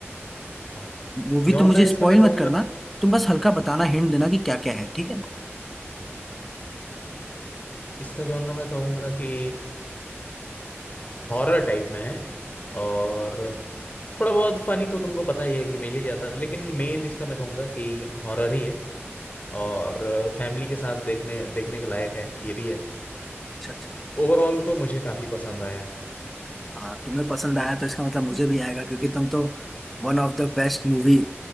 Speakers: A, on the left (about 35°); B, in the centre.
A: हाँ
B: मूवी
A: जॉनरा
B: तो मुझे
A: इसका
B: स्पॉइल
A: मैं कहूँगा
B: मत करना तुम बस हल्का बताना हिंट देना कि क्या क्या है ठीक है
A: इसका जॉनरा मैं कहूँगा कि हॉरर टाइप में है और थोड़ा बहुत फनी तो तुमको पता ही है कि मिल ही जाता है लेकिन मेन इसका मैं कहूँगा कि हॉरर ही है और फैमिली के साथ देखने देखने के लायक है ये भी है
B: अच्छा अच्छा
A: ओवरऑल तो मुझे काफी पसंद आया
B: हाँ तुम्हें पसंद आया तो इसका मतलब मुझे भी आएगा क्योंकि तुम तो one of the best movie